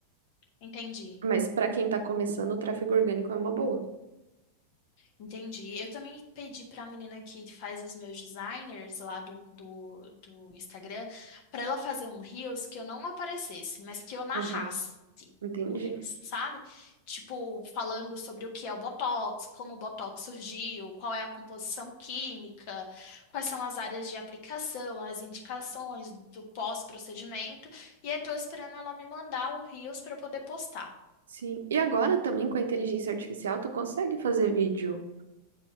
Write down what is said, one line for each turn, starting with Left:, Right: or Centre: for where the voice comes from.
Left: Entendi.
Right: Mas para quem tá começando, o tráfego orgânico é uma boa.
Left: Entendi. Eu também pedi para a menina que faz os meus designers lá do, do, do Instagram para ela fazer um Reels que eu não aparecesse, mas que eu narrasse
Right: Aham. Entendi.
Left: o Reels, sabe? Tipo, falando sobre o que é o Botox, como o Botox surgiu, qual é a composição química, quais são as áreas de aplicação, as indicações do pós-procedimento. E eu estou esperando ela me mandar o Reels para eu poder postar.
Right: Sim. E agora também com a inteligência artificial, tu consegue fazer vídeo